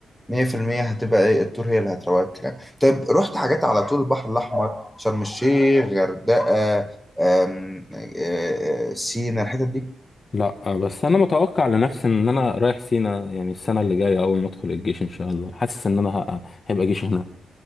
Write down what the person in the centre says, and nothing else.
100% هتبقى ايه التور هي اللي هتروق الكلام طيب رحت حاجات على طول البحر الاحمر شرم الشيخ غردقه آم، آه، آه، سينا الحتت دي